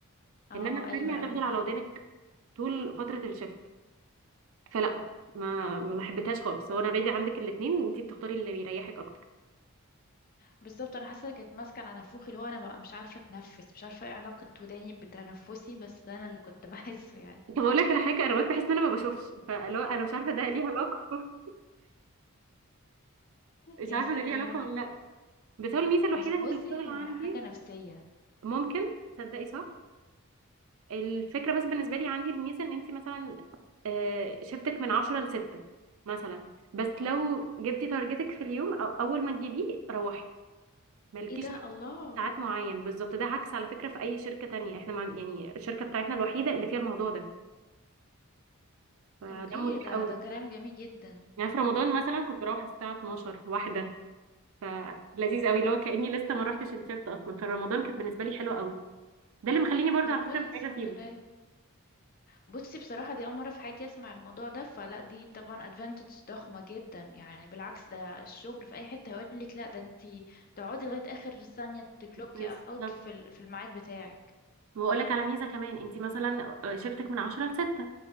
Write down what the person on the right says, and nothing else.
انما التانية
هتفضل
على ودانك طول فترة الشفت فلا ما ما حبيتهاش خالص هو انا اوريدي عندك الاثنين انت بتختاري اللي بيريحك اكتر
<laughs> طب اقول لك على حاجه انا اوقات بحس ان انا ما بشوفش فلو انا مش عارفه ده ليه علاقه <laughs> مش
عارفه
ده ليه علاقه
ولا لا بس هو الميزه الوحيده
اللي
في الشغل عندي
ممكن تصدقي صح الفكره بس بالنسبه لي عندي الميزه ان انت مثلا آه، شفتك من 10 ل 6 مثلا بس لو جبتي تارجتك في اليوم او اول ما تجيبيه روحي مالكيش
عدد
ساعات معين بالظبط ده عكس على فكره في اي شركه تانية احنا مع يعني الشركه بتاعتنا الوحيده اللي فيها الموضوع ده فده
مريح
قوي
يعني في رمضان مثلا كنت بروح الساعة 12 واحدة فلذيذ قوي اللي هو كأني لسه ما روحتش الشفت أصلا فرمضان كانت بالنسبة لي حلوة قوي ده اللي مخليني برضو
على فكرة
مش عايزة
أسيبه
بالظبط
وأقول لك على ميزة كمان أنت مثلا شفتك من 10 ل 6